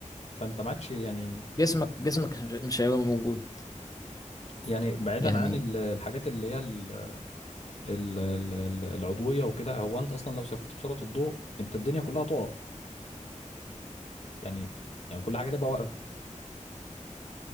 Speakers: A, on the left (about 55°); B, on the left (about 30°).
A: فانت ما عادش يعني
B: جسمك جسمك مش هيبقى موجود
A: يعني بعيدا
B: يعني
A: عن ال- الحاجات اللي هي ال- ال- ال- ال- العضويه وكده هو انت اصلا لو سافرت بسرعه الضوء انت الدنيا كلها تقع يعني يعني كل حاجه تبقى واقفه